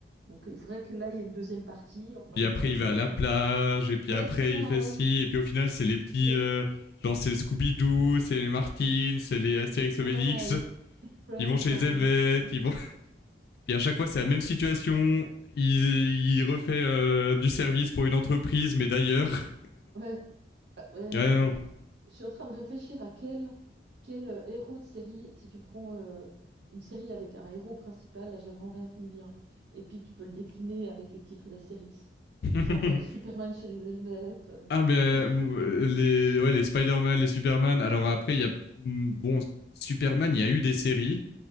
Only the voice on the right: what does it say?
Donc il faudrait que là, il y ait une deuxième partie, maintenant
qu'on est
bien.
Ouais,
c'est ça,
ouais.
Et-
ouais, voilà, et
Friends,
enfin,
on est des enfants.
Ouais, euh, ouais, euh,
Je suis en train de réfléchir à quel, quel euh, héros de série, si tu prends euh, une série avec un héros principal, là j'ai vraiment rien qui me vient. Et puis tu peux le décliner avec les titres d'Astérix,
genre euh, Superman
chez les Helvètes. euh,
tu vois. <laughs>
Mm.